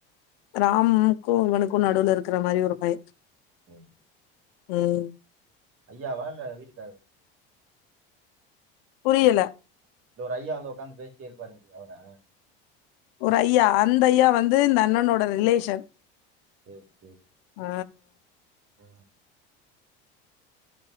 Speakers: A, on the left; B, on the right.
A: ராம்க்கு ஒனுக்கு நடுவுல இருக்கற மாரி ஒரு பைய
B: சேரி சேரி
A: ம்
B: ஐயா வாழ்த வீட்டுதேவைல
A: புரியல
B: இங்க ஒரு ஐயா அங்க உட்காந்து பேசிட்டே இருப்பாருல்லையா அவரா
A: ஒரு ஐயா அந்த ஐயா வந்து இந்த அண்ணனோட ரிலேஷன்
B: செரி செரி
A: ஆ
B: ஆ